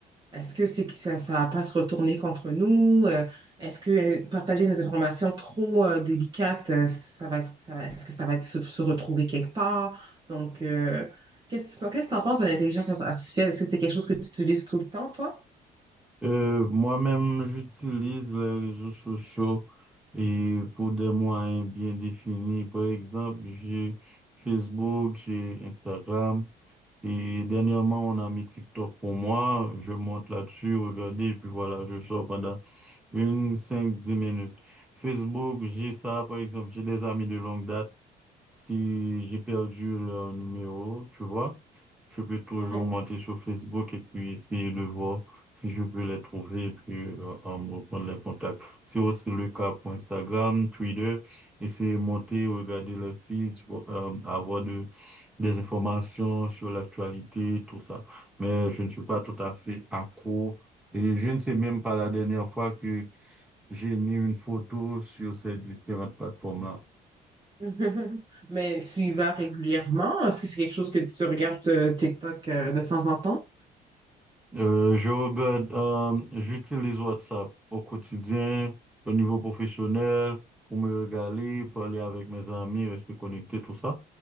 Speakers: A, on the right (about 25°); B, in the centre.
A: est-ce que c'est que ça, ça va pas se retourner contre nous? Euh, est-ce que euh, partager des informations trop euh, délicates, euh, ça va, ça va- est-ce que ça va se, se retrouver quelque part? Donc, euh, qu'est-ce qu'est-ce que tu en penses de l'intelligence artificielle? Est-ce que c'est quelque chose que tu utilises tout le temps, toi?
B: Euh, moi-même, j'utilise les réseaux sociaux et pour des moyens bien définis. Par exemple, j'ai Facebook, j'ai Instagram et dernièrement, on a mis TikTok pour moi. Je monte là-dessus, regardez, et puis voilà, je sors pendant une, cinq, dix minutes. Facebook, j'ai ça, par exemple, j'ai des amis de longue date. Si j'ai perdu le numéro, tu vois, je peux toujours
A: Mhm.
B: monter sur Facebook et puis essayer de voir si je peux les trouver et puis euh, euh, me reprendre les contacts. C'est aussi le cas pour Instagram, Twitter, essayer de monter, regarder les feeds, vo- euh, avoir de, des informations sur l'actualité, tout ça. Mais je ne suis pas tout à fait accro et je ne sais même pas la dernière fois que j'ai mis une photo sur ces différentes plateformes-là.
A: <laughs> Mais tu y vas régulièrement? Est-ce que c'est quelque chose que tu regardes euh, TikTok euh, de temps en temps?
B: Euh, je regarde, euh, j'utilise WhatsApp au quotidien, au niveau professionnel, pour me régaler, parler avec mes amis, rester connecté, tout ça.